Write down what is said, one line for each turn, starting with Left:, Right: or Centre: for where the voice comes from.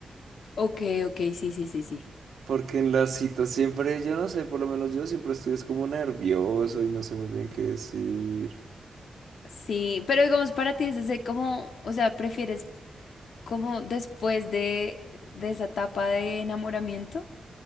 Left: Ok, ok, sí, sí, sí, sí.
Right: Porque en las citas siempre, yo no sé, por lo menos yo siempre estoy es como nervioso y no sé muy bien qué decir.
Left: Sí, pero digamos para ti es ese como, o sea, ¿prefieres como después de, de esa etapa de enamoramiento?